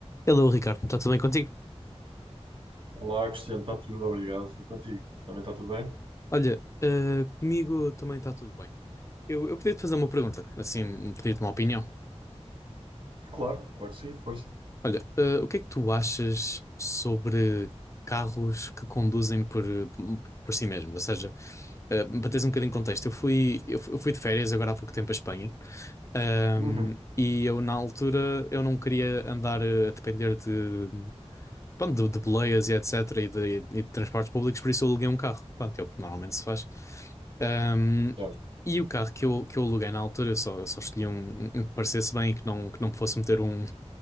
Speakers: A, on the left (about 25°); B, on the right (about 50°).
A: Hello, Ricardo, está tudo bem contigo?
B: Olá, Cristiano, está tudo, obrigado. E contigo? Também está tudo bem?
A: Olha, eh, comigo também está tudo bem. Eu, eu podia-te fazer uma pergunta, assim, pedir-te uma opinião.
B: Claro, claro que sim, força.
A: Olha, eh, o que é que tu achas sobre carros que conduzem por, eh, por si mesmos? Ou seja, eh, para teres um bocadinho de contexto, eu fui, eu fu- eu fui de férias agora há pouco tempo à Espanha, ahm,
B: Uhum.
A: e eu na altura eu não queria andar eh, a depender de, pronto, de, de boleias e etc. E de, e de transportes públicos, por isso eu aluguei um carro. Pronto, é o que normalmente se faz. Ahm,
B: Claro.
A: e o carro que eu, que eu aluguei na altura, eu só, eu só escolhi um, um que me parecesse bem e que não, que não me fosse meter um,